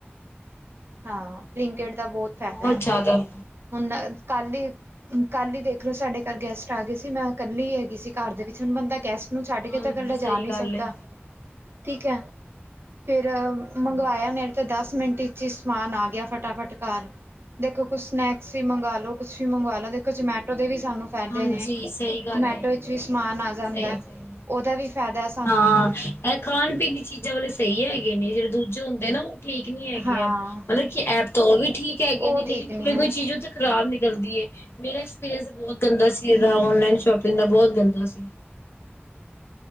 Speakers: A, on the right; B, on the left.
A: ਹਾਂ, ਬਲਿੰਕਇਟ ਦਾ ਬਹੁਤ ਫਾਇਦਾ
B: ਬਹੁਤ
A: ਹੈ
B: ਜਾਦਾ
A: ਹੁਣ ਕੱਲ ਈ ਕੱਲ ਈ ਦੇਖ ਲੋ, ਸਾਡੇ ਘਰ ਗੈਸਟ ਆ ਗਏ ਸੀ। ਮੈਂ ਕੱਲੀ ਹੈਗੀ ਸੀ ਘਰ ਦੇ ਵਿੱਚ, ਹੁਣ ਬੰਦਾ ਗੈਸਟ ਨੂੰ ਛੱਡ
B: ਹਾਂਜੀ
A: ਕੇ ਤਾਂ ਕੱਲਾ
B: ਸਹੀ
A: ਜਾ ਨਹੀਂ
B: ਗੱਲ
A: ਸਕਦਾ,
B: ਏ
A: ਠੀਕ ਐ! ਫਿਰ ਮੰਗਵਾਯਾ, ਮੇਰੇ ਤੇ ਦਸ ਮਿੰਟ ਇਚ ਹੀ ਸਮਾਨ ਆ ਗਿਆ ਫਟਾਫਟ ਘਰ। ਦੇਖੋ ਕੁਛ ਸਨੈਕਸ ਵੀ ਮੰਗਾ ਲੋ, ਕੁਛ ਵੀ ਮੰਗਵਾ ਲੋ, ਦੇਖੋ ਜਮੈਟੋ ਦੇ ਵੀ ਸਾਨੂੰ ਫੈਦੇ
B: ਹਾਂਜੀ
A: ਨੇ,
B: ਸਹੀ ਗੱਲ
A: ਜਮੈਟੋ
B: ਏ
A: ਵਿੱਚ ਵੀ ਸਮਾਨ ਆ ਜਾਂਦੈ।
B: ਸਹੀ ਸਹੀ
A: ਓਦਾ ਵੀ ਫੈਦਾ ਸ
B: ਹਾਂ, ਐ ਖਾਣਪੀਣ ਦੀ ਚੀਜ਼ਾਂ ਵਾਲੇ ਸਈ ਹੈਗੇ ਨੇ, ਜੇੜੇ ਦੂਜੇ ਹੁੰਦੇ ਨਾ ਓ ਠੀਕ ਨੀਂ ਹੈਗੇ
A: ਹਾਂ
B: ਐਪ। ਮਤਲਬ ਕਿ ਐਪ ਤਾਂ ਓ ਵੀ ਠੀਕ ਹੈਗੇ
A: ਉਹ
B: ਨੇ
A: ਠੀਕ
B: ਲੇਕਿਨ
A: ਨਹੀਂ
B: ਕੋਈ-
A: ਹੈ
B: ਕੋਈ ਚੀਜ਼ ਓਥੇ ਖਰਾਬ ਨਿਕਲਦੀ ਏ। ਮੇਰਾ ਐਕਸਪੀਰੀਅੰਸ ਬਹੁਤ ਗੰਦਾ ਸੀ‌। ਜੇੜਾ
A: ਹੂੰ
B: ਔਨਲਾਈਨ
A: ਹੂੰ
B: ਸ਼ੋਪਿੰਗ ਦਾ ਬਹੁਤ ਗੰਦਾ ਸੀ।